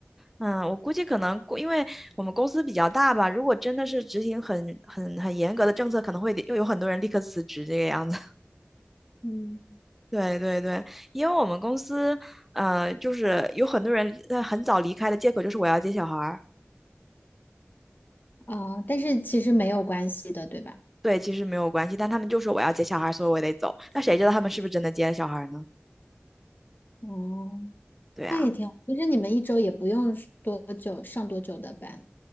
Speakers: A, in the centre; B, on the left.
A: 嗯，我估计可能过，因为我们公司比较大吧，如果真的是执行很很很严格的政策，可能会又有很多人立刻辞职这个样子。<laughs>
B: 嗯，
A: 对对对，因为我们公司，呃，就是有很多人呃很早离开的借口就是我要接小孩儿。
B: 哦，但是其实没有关系的，对吧？
A: 对，其实没有关系，但他们就说我要接小孩儿，所以我得走。那谁知道他们是不是真的接了小孩儿呢？
B: 哦，
A: 对啊。
B: 那也挺好。其实你们一周也不用是多久，上多久的班，